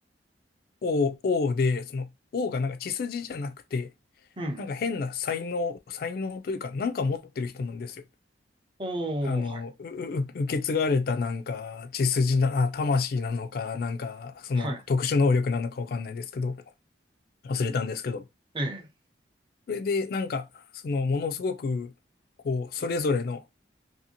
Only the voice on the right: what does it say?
うん。
おー、
はい、
はい、
ええ、